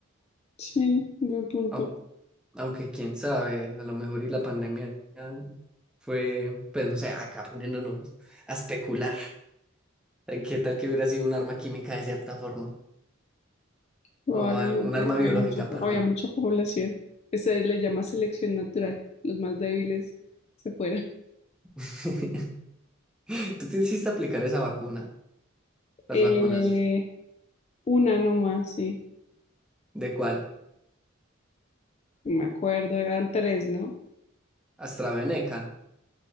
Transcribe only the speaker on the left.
Sí, buen punto.
Probablemente
hay mucha,
había mucha población. Que se le llama selección natural. Los más débiles se fueron.
Eh,
una nomás, sí.
Me acuerdo, eran tres, ¿no?